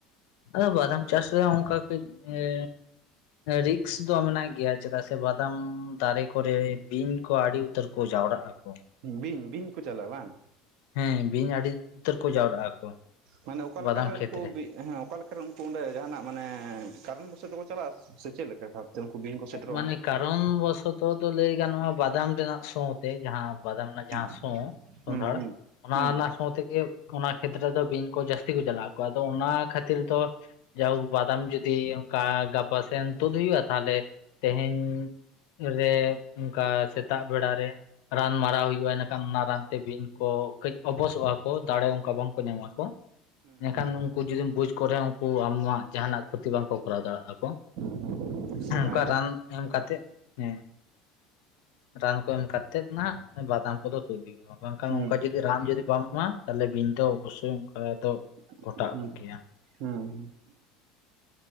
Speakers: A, on the left; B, on the right.
A: ᱟᱫᱚ ᱵᱟᱫᱟᱢ ᱪᱟᱥ ᱨᱮ ᱚᱱᱠᱟ ᱠᱟᱹᱡ ᱮ ᱨᱤᱠᱥ ᱫᱚ ᱢᱮᱱᱟᱜ ᱜᱮᱭᱟ᱾ ᱪᱮᱫᱟᱜ ᱥᱮ ᱵᱟᱫᱟᱢ ᱫᱟᱨᱮ ᱠᱚᱨᱮ ᱵᱤᱧ ᱠᱚ ᱟᱹᱰᱤ ᱩᱛᱟᱹᱨ ᱠᱚ ᱡᱟᱣᱨᱟᱜᱼᱟ᱾
B: ᱵᱤᱧ ᱵᱤᱧ ᱠᱚ ᱪᱟᱞᱟᱜᱼᱟ ᱵᱟᱝ᱾
A: ᱦᱮᱸ ᱵᱤᱧ ᱟᱹᱰᱤ ᱩᱛᱟᱹᱨ ᱠᱚ ᱡᱟᱣᱨᱟᱜᱼᱟ ᱠᱚ
B: ᱢᱟᱱᱮ ᱚᱠᱟ ᱞᱮᱠᱟᱨᱮ
A: ᱵᱟᱫᱟᱢ ᱠᱷᱮᱛ
B: ᱩᱱᱠᱩ
A: ᱨᱮ
B: ᱵᱤᱜ ᱦᱮᱸ ᱚᱠᱟᱞᱮᱠᱟᱨᱮ ᱩᱱᱠᱩ ᱚᱸᱰᱮ ᱡᱟᱦᱟᱸᱱᱟᱜ ᱢᱟᱱᱮ ᱠᱟᱨᱚᱱ ᱵᱚᱥᱚ ᱛᱮᱠᱚ ᱪᱟᱞᱟᱜᱼᱟ ᱥᱮ ᱪᱮᱫ ᱞᱮᱠᱟ <unintelligible> ᱛᱮ ᱩᱱᱠᱩ ᱵᱤᱧ ᱠᱚ ᱥᱮᱴᱮᱨᱚᱜᱼᱟ
A: ᱢᱟᱱᱮ
B: ᱚᱸᱰᱮ
A: ᱠᱟᱨᱚᱱ ᱵᱚᱥᱚᱛᱚ ᱫᱚ ᱞᱟᱹᱭ ᱜᱟᱱᱚᱜᱼᱟ᱾ ᱵᱟᱫᱟᱢ ᱨᱮᱱᱟᱜ ᱥᱚᱸ ᱛᱮ ᱡᱟᱦᱟᱸ ᱵᱟᱫᱟᱢ ᱨᱮᱱᱟᱜ
B: ᱦᱩᱸ
A: ᱡᱟᱦᱟᱸ ᱥᱚᱸ ᱥᱚᱸᱫᱷᱟᱲ
B: ᱦᱩᱸ
A: ᱚᱱᱟ
B: ᱦᱩᱸ
A: ᱨᱮᱱᱟᱜ ᱥᱚᱸ ᱛᱮᱜᱮ ᱚᱱᱟ ᱠᱷᱮᱛᱨᱮ ᱫᱚ ᱵᱤᱧ ᱠᱚ ᱡᱟᱹᱥᱛᱤ ᱠᱚ ᱪᱟᱞᱟᱜ ᱟᱠᱚ ᱟᱫᱚ ᱚᱱᱟ ᱠᱷᱟᱹᱛᱤᱨ ᱫᱚ ᱡᱟᱹᱣᱦᱳᱠ ᱵᱟᱫᱟᱢ ᱡᱩᱫᱤ ᱚᱱᱠᱟ ᱜᱟᱯᱟ ᱥᱮᱱ ᱛᱩᱫ ᱦᱩᱭᱩᱜᱼᱟ ᱛᱟᱦᱚᱞᱮ ᱛᱮᱦᱮᱧ ᱨᱮ ᱚᱱᱠᱟ ᱥᱮᱛᱟᱜ ᱵᱮᱲᱟ ᱨᱮ ᱨᱟᱱ ᱢᱟᱨᱟᱣ ᱦᱩᱭᱩᱜᱼᱟ᱾ ᱤᱱᱟᱹᱠᱷᱟᱱ ᱚᱱᱟ ᱨᱟᱱᱛᱮ ᱵᱤᱱ ᱠᱚ ᱠᱟᱹᱡ ᱚᱵᱚᱥᱚᱜᱼᱟ ᱠᱚ ᱫᱟᱲᱮ ᱚᱱᱠᱟ ᱵᱟᱝᱠᱚ ᱧᱟᱢᱟᱠᱚ᱾
B: ᱦᱩᱸ
A: ᱮᱱᱰᱮᱠᱷᱟᱱ
B: ᱦᱩᱸ
A: ᱩᱱᱠᱩ ᱡᱩᱫᱤᱢ ᱵᱩᱡᱽ ᱠᱚᱨᱮ ᱨᱮᱦᱚᱸ ᱩᱱᱠᱩ ᱟᱢᱟᱜ ᱡᱟᱦᱟᱸᱱᱟᱜ ᱠᱷᱚᱛᱤ ᱵᱟᱝᱠᱚ ᱠᱚᱨᱟᱣ ᱫᱟᱲᱮᱭᱟᱜᱼᱟ ᱠᱚ᱾
B: <unintelligible>
A: ᱚᱠᱟ ᱨᱟᱱ ᱮᱢ ᱠᱟᱛᱮᱫ ᱦᱮᱸ ᱨᱟᱱ ᱠᱚ ᱮᱢ ᱠᱟᱛᱮᱫ ᱱᱟᱦᱟᱸᱜ ᱵᱟᱫᱟᱢ ᱠᱚᱫᱚ ᱛᱩᱫ ᱤᱫᱤ ᱦᱩᱭᱩᱜᱼᱟ ᱵᱟᱝᱠᱷᱟᱱ
B: ᱦᱩᱸ
A: ᱚᱱᱠᱟ ᱡᱩᱫᱤ ᱨᱟᱱ ᱡᱩᱫᱤ ᱵᱟᱢ ᱮᱢᱟ ᱛᱟᱦᱚᱞᱮ ᱵᱤᱧ ᱫᱚ ᱚᱵᱚᱥᱥᱳᱭ ᱚᱱᱠᱟ ᱫᱚ
B: ᱦᱮᱸ
A: ᱜᱷᱚᱴᱟᱜ
B: ᱦᱮᱸ
A: ᱜᱮᱭᱟ
B: ᱦᱮᱸ